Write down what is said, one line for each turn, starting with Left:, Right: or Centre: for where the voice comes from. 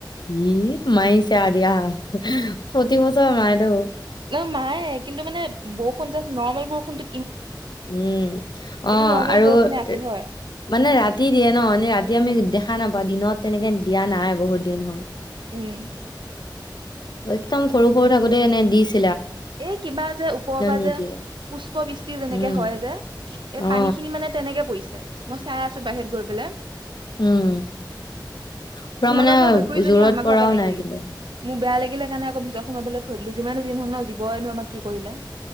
Left: ই মাইছে আ দিয়া প্ৰতি বছৰ মাই দে
Right: নহ মায়ে কিন্তু মানে বৰষুণ জাক নৰ্মেল বৰষুণটো
Left: উম অ
Right: নৰ্মেল
Left: আৰু
Right: বৰষুণে
Left: মানে
Right: আছিল হয়
Left: ৰাতি দিয়ে ন এনেই ৰাতি আমি দেখা নাপাওঁ দিনত তেনেকে দিয়া নাই বহুত দিন হ'ল
Right: উম
Left: একদম সৰু সৰু থাকোতে এনে দিছে
Right: এই কিবা যে ওপৰৰ পৰা
Left: নিদিয়ে
Right: যে পুষ্পবৃষ্টি যেনেকে
Left: উম
Right: হয় যে এই
Left: অ
Right: পানী খিনি মানে তেনেকে পৰিছে মই চাই আছো বাহিৰত গৈ পেলাই
Left: উম পুৰা
Right: সিহঁতৰ
Left: মানে
Right: ঘৰ মেকুৰীজনী
Left: জোৰত
Right: আমাৰ
Left: পৰাও
Right: ঘৰ পালেহি
Left: নাই কিন্তু
Right: মোক বেয়া লাগিলে কাৰণে আকৌ ভিতৰত সোমাব প ভলো যিমানে যি নহওঁক নি বয়নো আমাক কি কৰিলে